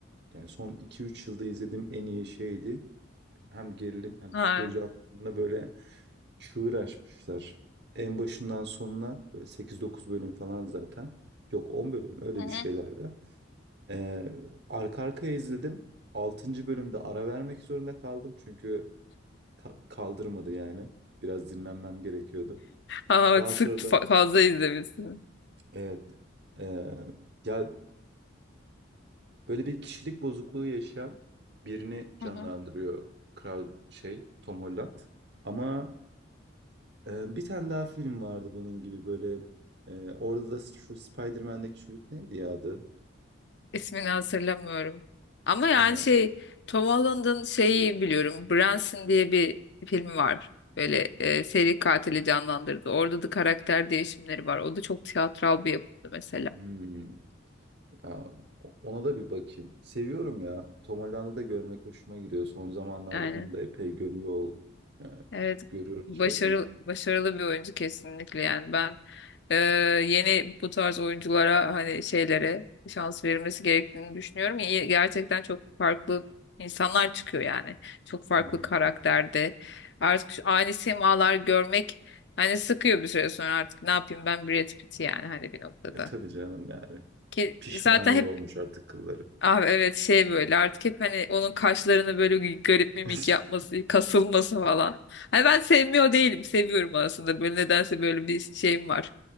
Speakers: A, on the right (about 55°); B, on the left (about 55°).
A: yani son iki üç yılda izlediğim en iyi şeydi. hem gerilim hem
B: Ha.
A: psikoloji anlamında böyle çığır açmışlar. En başından sonuna böyle 8-9 bölüm falan zaten. Yok 10 bölüm öyle
B: Hı hı.
A: bir şeylerde. Ee, arka arkaya izledim. 6. bölümde ara vermek zorunda kaldım. Çünkü ka- kaldırmadı yani. Biraz dinlenmem gerekiyordu.
B: Aa,
A: Daha
B: sık
A: sonra
B: fa-
A: da
B: fazla izlemişsin.
A: evet ee, ya böyle bir kişilik bozukluğu yaşayan birini canlandırıyor
B: Hı hı.
A: Kral şey Tom Holland. Ama Ee, bir tane daha film vardı bunun gibi böyle. e, orada da şu Spider-Man'deki çocuk neydi ya adı?
B: İsmini hatırlamıyorum. Ama yani
A: Ee,
B: şey Tom Holland'ın şeyi biliyorum. Branson diye bir filmi var. Böyle e, seri katili canlandırdı. Orada da karakter değişimleri var. O da çok tiyatral bir yapımdı mesela.
A: hmm, ya, o- ona da bir bakayım. Seviyorum ya. Tom Holland'ı da görmek hoşuma gidiyor. Son zamanlarda
B: Aynen.
A: bunu da epey görüyor ol, e,
B: Evet,
A: görüyoruz
B: başarılı
A: şeyde.
B: başarılı bir oyuncu kesinlikle yani ben e, yeni bu tarz oyunculara hani şeylere şans verilmesi gerektiğini düşünüyorum. İyi- Gerçekten çok farklı insanlar çıkıyor yani. Çok farklı
A: Hı hı.
B: karakterde. Artık şu aynı simalar görmek hani sıkıyor bir süre sonra artık ne yapayım ben Brad Pitt yani hani bir noktada.
A: E tabii canım yani.
B: Ki
A: Pişmaniye
B: zaten hep
A: olmuş artık kılları.
B: Abi evet şey böyle artık hep hani onun kaşlarını böyle g- garip mimik
A: <laughs>
B: yapması, kasılması falan. Hani ben sevmiyor değilim. Seviyorum aslında. Böyle nedense böyle bir şeyim var.